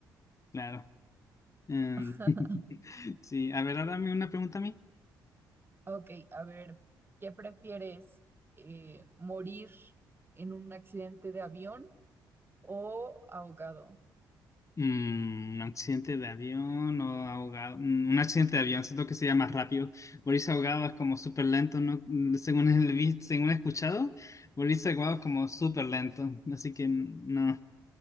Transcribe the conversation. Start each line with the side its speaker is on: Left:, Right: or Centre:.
Left: Claro. Em,
Right: <laughs>
Left: <laughs> sí, a ver, ahora me una pregunta a mí.
Right: Ok, a ver, ¿qué prefieres? eh, ¿morir en un accidente de avión o ahogado?
Left: Mm, un accidente de avión o ahogado. Mm, un accidente de avión, siento que sería más rápido. Morirse ahogado es como súper lento, ¿no? Mm, Según he visto, según he escuchado, morirse ahogado es como súper lento. Así que mm, no,